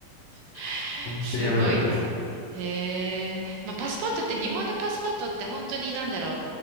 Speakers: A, on the right; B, on the left.
A: <laughs>
B: <laughs> 本当に危なかったですね。
A: すごいな。へえ。まあ、パスポートって、日本のパスポートって本当になんだろう。